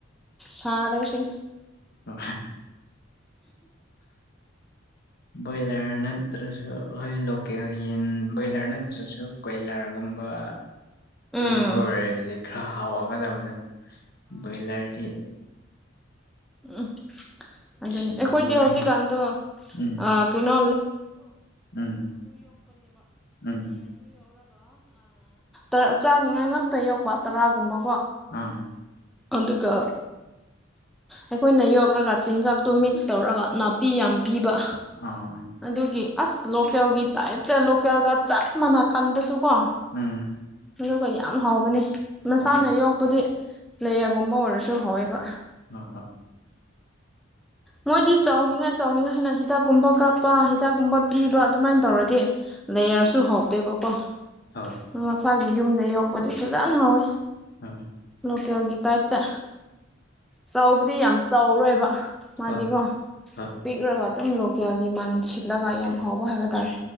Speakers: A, in the centre; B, on the left (about 55°).
A: ꯁꯥꯦ ꯁꯤ
B: ꯑꯣ ꯕꯣꯏꯂꯔ ꯅꯠꯇ꯭ꯔꯁꯨ ꯑꯩꯈꯣꯏ ꯂꯣꯀꯦꯜ ꯌꯦꯟ ꯕꯣꯏꯂꯔ ꯅꯠꯇ꯭ꯔꯁꯨ ꯀꯣꯏꯂꯔꯒꯨꯝꯕ ꯑꯗꯨꯝꯕ
A: ꯎꯝ
B: ꯑꯣꯏꯔꯦꯗꯤ ꯈꯔ ꯍꯥꯎꯒꯗꯕꯗꯣ ꯕꯣꯏꯂꯔꯗꯤ
A: ꯎꯝ ꯑꯗꯨꯅꯤ
B: ꯈꯤꯔꯦ
A: ꯑꯩꯈꯣꯏꯗꯤ ꯍꯧꯖꯤꯛꯀꯥꯟꯗꯣ
B: ꯎꯝ
A: ꯑ ꯀꯩꯅꯣ
B: ꯎꯝ ꯎꯝ
A: <inaudible> ꯆꯥꯅꯤꯡꯉꯥꯏ ꯉꯥꯛꯇ ꯌꯣꯛꯄ ꯇꯔꯥꯒꯨꯝꯕ
B: ꯑꯥ
A: ꯑꯗꯨꯒ ꯑꯩꯈꯣꯏꯅ ꯌꯣꯛꯂꯒ ꯆꯤꯟꯖꯥꯛꯇꯣ ꯃꯤꯛꯁ ꯇꯧꯔꯒ ꯅꯥꯄꯤ ꯌꯥꯝ ꯄꯤꯕ
B: ꯑꯥ
A: ꯑꯗꯨꯒꯤ ꯑꯁ ꯂꯣꯀꯦꯜꯒꯤ ꯇꯥꯏꯞꯇ ꯂꯣꯀꯦꯜꯒ ꯆꯞ ꯃꯥꯟꯅ ꯀꯟꯕꯁꯨꯀꯣ
B: ꯎꯝ
A: ꯑꯗꯨꯒ ꯌꯥꯝ ꯍꯥꯎꯕꯅꯤ ꯃꯁꯥꯅ
B: ꯍꯣꯏ
A: ꯌꯣꯛꯄꯗꯤ ꯂꯩꯔꯒꯨꯝꯕ ꯑꯣꯏꯔꯁꯨ ꯍꯥꯎꯋꯦꯕ
B: ꯑ ꯍ
A: ꯎ ꯃꯣꯏꯗꯤ ꯆꯥꯎꯅꯤꯡꯉꯥꯏ ꯆꯥꯎꯅꯤꯡꯉꯥꯏ ꯍꯥꯏꯅ ꯍꯤꯗꯥꯛꯀꯨꯝꯕ ꯀꯥꯞꯄ ꯍꯤꯗꯥꯛꯀꯨꯝꯕ ꯄꯤꯕ ꯑꯗꯨꯃꯥꯏꯅ ꯇꯧꯔꯗꯤ ꯂꯩꯌꯔꯁꯨ ꯍꯥꯎꯗꯦꯕꯀꯣ
B: ꯍꯣꯏ
A: ꯑꯗꯨ ꯃꯁꯥꯒꯤ ꯌꯨꯝꯗ ꯌꯣꯛꯄꯗꯤ ꯐꯖꯅ ꯍꯥꯎꯋꯤ
B: ꯑ
A: ꯍꯣꯇꯦꯜꯒꯤ ꯇꯥꯏꯞꯇ ꯆꯥꯎꯕꯨꯗꯤ ꯌꯥꯝ ꯆꯥꯎꯔꯣꯏꯕ ꯃꯥꯗꯤꯀꯣ
B: ꯍꯣꯏ ꯍꯣꯏ
A: ꯄꯤꯛꯔꯒ ꯑꯗꯨꯝ ꯂꯣꯀꯦꯜꯒꯤ ꯃꯟ ꯁꯤꯠꯂꯒ ꯌꯥꯝ ꯍꯥꯎꯕ ꯍꯥꯏꯕ ꯇꯥꯔꯦ